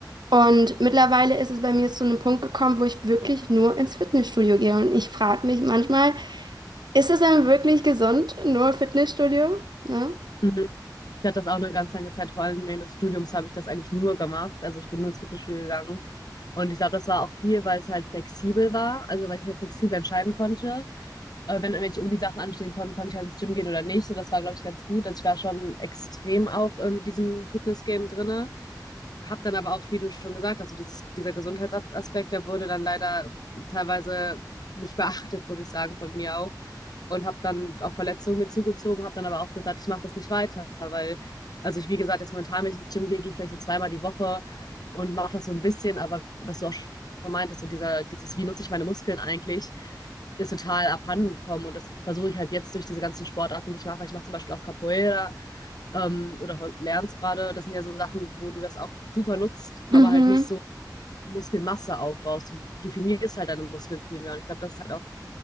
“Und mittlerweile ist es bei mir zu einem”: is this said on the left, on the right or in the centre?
Right